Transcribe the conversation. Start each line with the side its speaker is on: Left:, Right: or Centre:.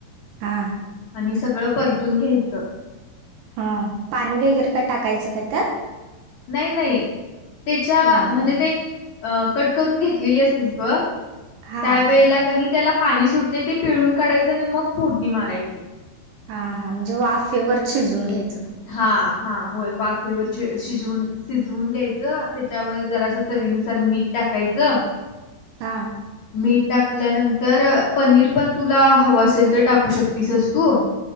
Right: हा
Left: आणि सगळं परतून घ्यायच
Right: हा पाणी वगैरे काय टाकायचं काय त्यात
Left: नाही नाही त्याच्या
Right: नाही
Left: म्हणजे
Right: काय
Left: ते अ कट करून घेतलेली असतीस ब
Right: हा
Left: त्या पला कनी त्याला पाणी सुटते ते पिळून काढायचं आणि मग फोडणी मारायची
Right: हा हा म्हणजे वाफेवर शिजून घ्यायच
Left: हा हा होय वाफेवर शिजवून शिजवून घ्यायचं त्याच्यावर जरा असं चवीनुसार मीठ टाकायचं
Right: हा
Left: मीठ टाकल्यानंतर पनीर पण तुला हवं असेल तर टाकू शकतीसस तू